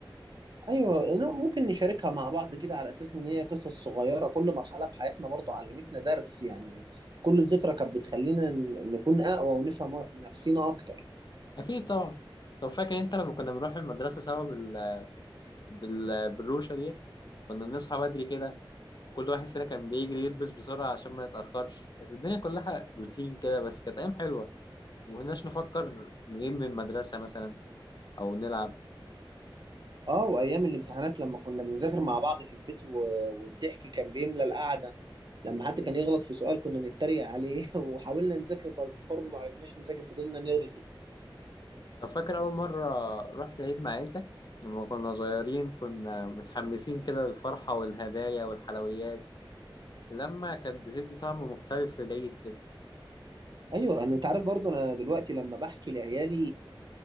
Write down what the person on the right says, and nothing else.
ايوه إنه ممكن نشاركها مع بعض كده على اساس ان هي قصص صغيره كل مرحله في حياتنا برضو علمتنا درس يعني كل ذكرى كانت بتخلينا ن- نكون اقوى ونفهم نفسينا اكتر
اه وايام الامتحانات لما كنا بنذاكر مع بعض في البيت و... والضحك كان بيملى القعده لما حد كان يغلط في سؤال كنا نتريق عليه <laughs> وحاولنا نذاكر بس برضه ما عرفناش نذاكر فضلنا نرغي
ايوه انا انت عارف برضه انا دلوقتي لما بحكي لعيالي